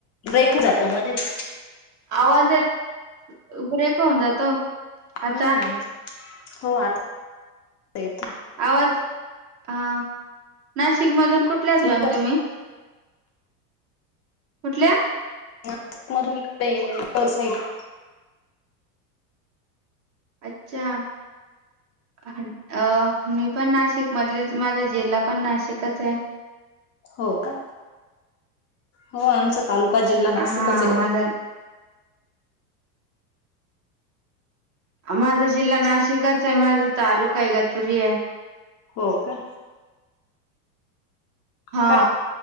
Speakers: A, on the left (about 35°); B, on the right (about 35°).
A: ब्रेक जातो मध्येच,
B: आवाज येत. ब्रेक होऊन जातो. आता
A: हम्म हो आत येतो
B: आवाज हा नाशिक मधून कुठल्याच
A: एक
B: मॅम तुम्ही? कुठल्या?
A: नाशिक मधून इकड आहे. वर साईड
B: अच्छा अ मी पण नाशिक मधले माझा जिल्हा पण नाशिकच आहे.
A: हो का. हो आमचा तालुका जिल्हा नाशिकच
B: हा
A: आहे.
B: माझा माझा जिल्हा नाशिकच आहे माझा तालुका आहे गतपुरी आहे
A: हो का
B: हा
A: काय